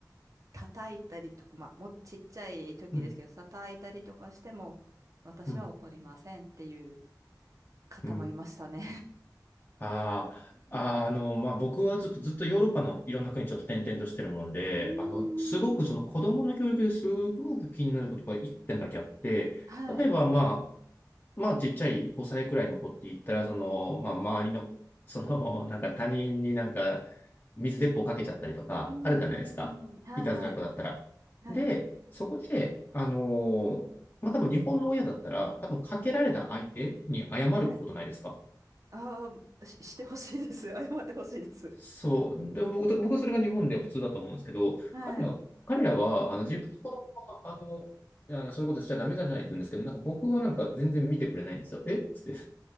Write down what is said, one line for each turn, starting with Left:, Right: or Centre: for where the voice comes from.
Right: 叩いたりとか、まあ、もうちっちゃい時ですけど、
Left: うん、
Right: 叩いたりとかしても、私は怒りませんっていう
Left: うん。
Right: 方もいましたね。
Left: うんああ、
Right: う
Left: あーあの、まあ、僕はずっと、ずっとヨーロッパのいろんな国ちょっと転々としてるもんで、
Right: んうーん。
Left: あの、すごくその子供の教育ですごく気になることが一点だけあって、
Right: はい。
Left: 例えば、まあ、まあ、ちっちゃい5歳くらいの子って言ったら、その、まあ、周りの、その、なんか他人になんか水鉄砲かけちゃったりとか、
Right: うんう
Left: あるじゃないですか。
Right: んうんうん。はいはい。
Left: いたずらっ子だったら。
Right: はい。
Left: で、そこで、あの、まあ、多分日本の親だったら、多分かけられた相手に謝ることないですか
Right: はい。ああ、し、してほしいです。<laughs> 謝ってほしいです。
Left: そう。で、僕と、僕はそれが日本で普通だと思うんですけど、
Right: はい。
Left: 彼ら、彼らは、あの、自分の子供は、あの、あのそういうことしちゃダメじゃないって言うんですけど、なんか僕はなんか全然見てくれないんですよ。えっつって、